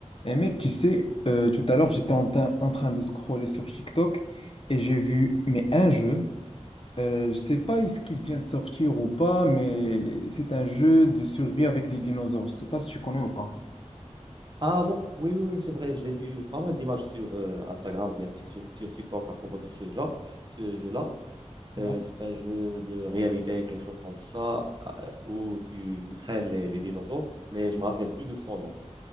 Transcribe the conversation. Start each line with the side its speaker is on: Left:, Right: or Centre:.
Left: Et mec, tu sais, euh, tout à l'heure, j'étais en, train en train de scroller sur TikTok et j'ai vu, mais un jeu, euh, je sais pas est-ce qu'il vient de sortir ou pas, mais c'est un jeu de survie avec des dinosaures. Je sais pas si tu connais ou pas.
Right: Ah bon, oui, oui, oui, c'est vrai, j'ai vu pas mal d'images sur euh, Instagram ou bien sur, sur- sur TikTok à propos de ce genre, ce jeu-là.
Left: Ouais.
Right: Euh, c'est un jeu de réalité, quelque chose comme ça, euh, où tu, tu traînes les, les dinosaures, mais je me rappelle plus de son nom.